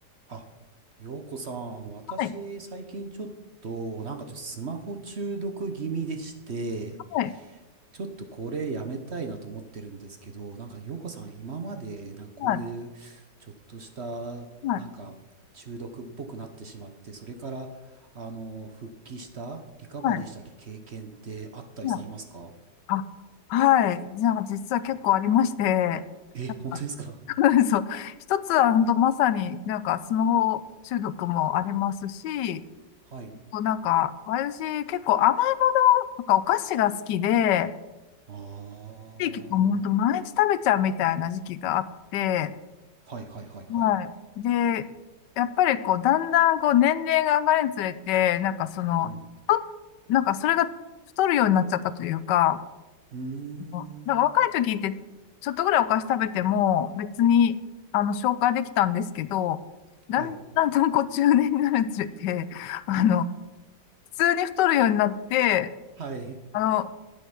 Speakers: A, on the right; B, on the left.
A: あ、ようこさん、あの、私、
B: はい、
A: 最近ちょっと、なんかちょっとスマホ中毒気味でして、
B: はい、
A: ちょっとこれやめたいなと思ってるんですけど、なんかようこさん、今まで、なんかこういう、
B: はい、
A: ちょっとした、
B: はい、
A: なんか、中毒っぽくなってしまって、それから、あの、復帰した、リカバリーした経験ってあったりされますか
B: はい、はい。あ、はい。じゃあ、実は結構ありまして、
A: え、
B: なんか、
A: 本当ですか
B: <laughs> そう、一つは本当まさになんかスマホ中毒もありますし、
A: はい。
B: こうなんか、私結構甘いものとかお菓子が好きで、
A: ああ、
B: で結構本当毎日食べちゃうみたいな時期があって、
A: はいはいはいはい。
B: はい。で、やっぱりこう、だんだんこう、年齢が上がるにつれて、なんかその、
A: うん。
B: 太っなんかそれが太るようになっちゃったというか、
A: うーん。
B: こうなんか若い時って、ちょっとぐらいお菓子食べても、別に、あの、消化できたんですけど、
A: はい。
B: だんだんとこう、中年になるにつれて、あの、普通に太るようになって、
A: はい。
B: あの、